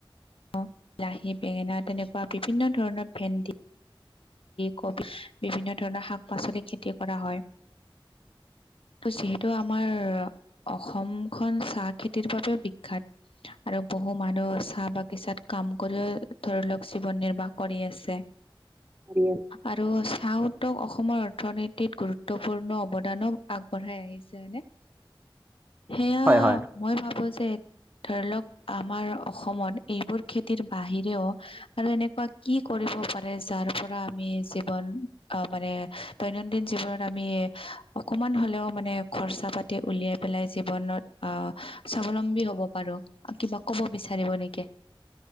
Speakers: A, on the left (about 75°); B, on the right (about 20°).
A: অ বিলাহী বেঙেনা তেনেকুৱা বিভিন্ন ধৰণৰ ভেন্দি কবি বিভিন্ন ধৰণৰ শাক পাচলি খেতি কৰা হয় ত যি টো আমাৰ অসমখন চাহ খেতিৰ বাবেও বিখ্যাত। আৰু বহু মানুহ চাহ বাগিচাত কাম কৰিও ধৰি লওক জীৱন নিৰ্বাহ কৰি আছে।
B: <inaudible>
A: আৰু চাহওটো অসমৰ অৰ্থনীতিত গুৰুত্বপূৰ্ণ অৱদানো আগবঢ়াই আহিছে হয়নে? সেয়া
B: হয় হয়।
A: মই ভাবো যে ধৰি লওক আমাৰ অসমত এইবোৰ খেতিৰ বাহিৰেও আৰু এনেকুৱা কি কৰিব পাৰে যাৰ পৰা আমি জীৱন আহ মানে দৈনন্দিন জীৱনত আমি অকমান হলেও মানে খৰচা পাতি উলিয়াই পেলাই জীৱনত আহ স্বাৱলম্বী হব পাৰো। কিবা কব বিচাৰিব নেকি?